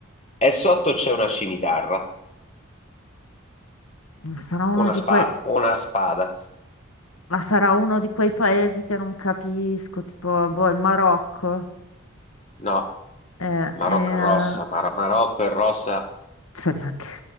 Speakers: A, on the left (about 30°); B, on the left (about 85°).
A: E sotto c'è una scimitarra,
B: ma sarà uno
A: una
B: di
A: spa-
B: quei...
A: una spada.
B: Ma sarà uno di quei paesi che non capisco, tipo, boh, il Marocco.
A: No,
B: Eh,
A: Marocco
B: eh,
A: è rossa,
B: non
A: Mar- Marocco è rossa.
B: so neanche.